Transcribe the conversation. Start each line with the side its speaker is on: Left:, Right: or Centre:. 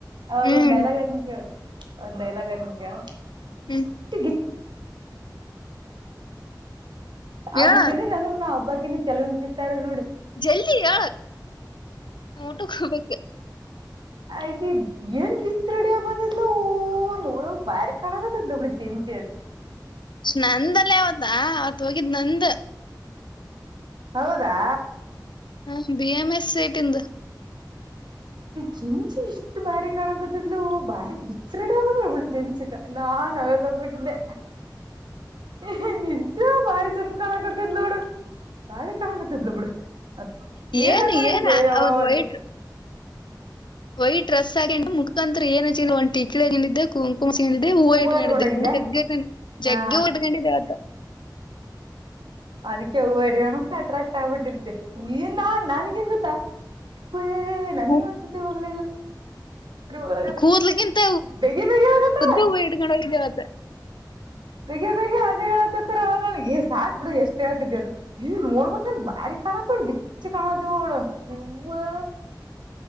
Right: ಅವೌದ
Left: ಹ್ಮ್
Right: ಒಂದು ಡೈಲಾಗ್ ಆಯತ ಅಂತ ಕೇಳು ಒಂದ ಡೈಲಾಗದ ಹೇಳತನಕೆಳ ಎಷ್ಟು
Left: ಹ್ಮ್
Right: ಗಿ ಅ
Left: ಹೇಳ
Right: ನನ್ ನಗ್ ನಾ ಹಬ್ಬ ಚಲೋ ಚಿತ್ತಾರ ನೋಡಿ
Left: ಜಲ್ದಿ ಯ ನಾ ಊಟಕ್ಕೆ ಹೋಗಬೇಕ
Right: ಆಗಿ ಬ ಏನ್ ಬಿಚ್ ರೆಡಿಯ ಬಂದಿದ್ಲ ಓ ನೋಡ ಬಾರಿ ಕಾಣಗತ್ತಿದ್ಲಳ ಜೆಂಚಿತ್
Left: ನಂದಲ್ಲೇ ಅವ ವತ್ತಾ ಅವತ್ ಹೋಗಿದ್ ನಂದ
Right: ಹೌದಾ
Left: ಹ ಬಿಿ ಎಂ ಎಸ್ಐಟ್ಂದು
Right: ಚಿಚಿ ಎಷ್ಟು ಬಾರಿ ಕಾಣಕೊತ್ತಿದ್ಲು ಬಾರಿ ಬಿಚ್ಚ ರಡಿ ಆಗದ ನೋಡ್ ಬಿಡ ಜಂಚಿತ ನಾನ್ ಅವ ನಗಾಕತಬಿಟ್ಟಿದ್ದೆ ಏ ನಿಜ ಬಾರಿ ಚಂದ ಕಾಣಕತ್ತಿದ್ಲು ನೋಡು ಬಾರಿ ಕಾಣಕೊತ್ತಿದ್ಲು ಬಿಡು ಇ ಎನ
Left: ಏನ್
Right: ಹಾಕೋಂಡಣಗೆದ್ದ
Left: ಏನ್
Right: ಎವಾ
Left: ಅವದ್
Right: ಅವತಿ
Left: ವೈಟ್ ವೈಟ್ ಡ್ರಸ್ ಹಾಕೆ ಮುಖಾಂತ್ರ ಏನ ಚಿಲ್ಲ ಒ ಟಿಳನಿದ್ದೆ ಕುಂಕುಮ್ಏನ ಇದೆ ಹೂವು
Right: ಹೂವ
Left: ಇಟ್ಕೊಂಡಿದ್ದಿದೆ
Right: ಇಟ್ಕೊಂಡೋಗಿದ್ದೆ
Left: ಹೂವು ಜಗ್ಗ ಇ
Right: ಹಾ
Left: ಜಗ್ಗ ಉ ಇಟ್ಕೊಂಡಿದೆೆ ಅವತ
Right: ಅದಕ್ಕೆವು ಅಟ್ರಾಕ್ಟ್ ಆಗ್ಬಿಟ್ಟಿದ್ದೆ ಈ ನಾ ನನ್ಗೇನ್ ಗೊತ್ತಾ ಹ ನನಗೆ
Left: ಕೂ-
Right: ಒಂದ್ ಸತಿ <inaudible> ಲ್ಲ
Left: ಕೂದ್ಲಕ್ಕಿಂತ
Right: ಬೇಗಿ ಬೇಗಿ ಆಗತಾರ
Left: ಉದ್ದು ಹೂವ ಇಟ್ಕೊಂಡ್ ಹೋಗಿದ್ದೆ ಅವತ್ತ
Right: ಬೇಗ ಬೇಗ ಅದ ಹೇಳಕತ್ರ ನನಗೆ ಎಷ್ಟ ಸಾಕ್ಬ ಬಿಡು ಎಷ್ಟೇ ಹೇಳತಿದನ ಹ ನೋಡ್ಬೇಕಕ್ ನನ್ ಭಾರಿ ಕಾಣ ತೋ ಗಿಚ್ಚ ಕಣಾಂತೋಡ ಹ ಏವ್ವಾ